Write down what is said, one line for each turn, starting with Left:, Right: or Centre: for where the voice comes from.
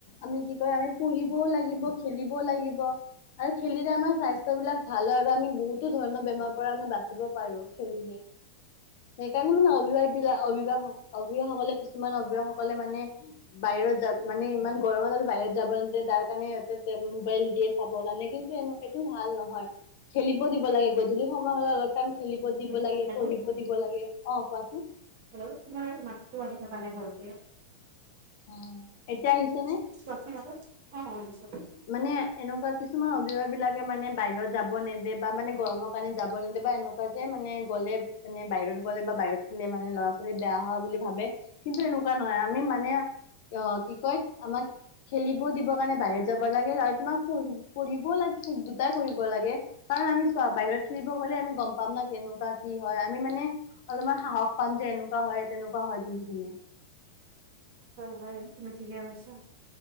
Left: আমি কি কয় আমি পঢ়িবও লাগিব খেলিবও লাগিব। আৰু খেলিলে আমাৰ স্বাস্থ্য বিলাক ভাল হয় আৰু আমি বহুতো ধৰণৰ বেমাৰৰ পৰা আমি বাচিব পাৰোঁ। খেলিলে। সেইকাৰণে মানে অভিভাস বিলাক অভিভাস অভিভাৱকসকলে কিছুমান অভিভাৱসকলে মানে বাহিৰত যাব মানে ইমান গৰমত আৰু বাহিৰত যাব নিদিয়ে যাৰ কাৰণে ইহঁতে <unintelligible> মোবাইল দি। চাব কাৰণে কিন্তু এইটো ভাল নহয় খেলিব দিব লাগে গধূলি সময় হ'লে অলপ টাইম খেলিব দিব
Right: হেল্ল'
Left: লাগে, পঢ়িব দিব লাগে, অ' কোৱাচোন।
Right: হেল্ল' তোমাৰ মাতটো আহি থকা নাই ভালকে।
Left: অ' এতিয়া আহিছে নে?
Right: <unintelligible>
Left: মানে এনেকুৱা কিছুমান অভিভাৱকবিলাকে মানে বাহিৰত যাব নেদে বা মানে গৰমৰ কাৰণে যাব নিদিয়ে বা এনেকু <unintelligible> মানে গ'লে মানে বাহিৰত গ'লে বা বাহিৰত <unintelligible> মানে লৰা ছোৱালী বেয়া হোৱা বুলি ভাৱে। কিন্তু এনেকুৱা নহয়? আমি মানে অ কি কয় আমাক খেলিব দিবৰ কাৰণে বাহিৰত যাব লাগে আৰু তোমাক পঢ-পঢ়িবও লাগ দুটাই কৰিব লাগে। কাৰণ আমি চোৱা বাহিৰত খেলিব গ'লে আমি গম পাম না কেনেকুৱা কি হয় আমি মানে অলপমান সাহস পাম যে এনেকুৱা হয় তেনেকুৱা হয় বুলি কিনে।
Right: উম হয়, তুমি ঠিকে কৈছা।